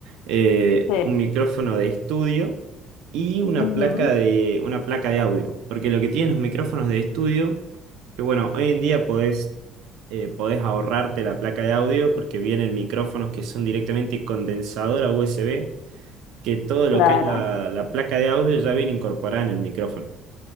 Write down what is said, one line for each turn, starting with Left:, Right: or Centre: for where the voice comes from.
Right: eh,
Left: Sí.
Right: un micrófono de estudio y una
Left: Ujú,
Right: placa de, una placa de audio, porque lo que tienen los micrófonos de estudio, que bueno, hoy en día podés eh, podés ahorrarte la placa de audio porque vienen micrófonos que son directamente condensadora USB, que todo
Left: claro.
Right: lo que es la, la placa de audio ya viene incorporada en el micrófono.